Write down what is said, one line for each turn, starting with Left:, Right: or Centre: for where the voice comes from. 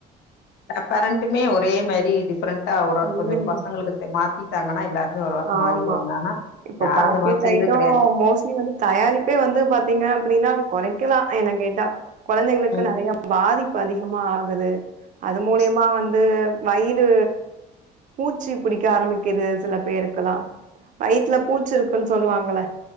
Left: பேரண்ட்டுமே ஒரே மாரி டிப்ஃபரண்டா
Right: ம்.
Left: கொஞ்ச பசங்களுக்கு மா த்திட்டாங்கன்னா எல்லாருமே ஓரளவுக் மாறிடுவாங்க
Right: ஆமா.
Left: ஆனா
Right: இப்போ
Left: யாரு
Right: பேக்கெட்
Left: இந்த மாரி செய்றது
Right: ஐட்டம்
Left: கெடையாது
Right: மோஸ்ட்லி வந்து தயாரிப்பே வந்து பாத்தீங்க அப்படின்னா கொறைக்கலா என்ன கேட்டா கொழந்தைங்களுக்கு
Left: ம்
Right: நறையா பாதிப் அதிகமா ஆகுது அது
Left: புதுசு
Right: மூலியமா வந்து வயிறு பூச்சி பிடிக்க ஆரம்பிக்குது சில பேருக் கலாம் வயித்துல பூச் இருக்குன் சொல்லுவாங்கள